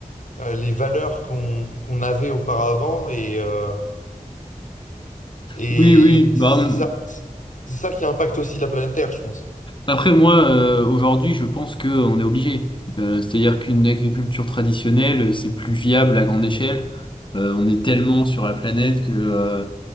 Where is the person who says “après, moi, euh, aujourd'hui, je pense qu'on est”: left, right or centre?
Left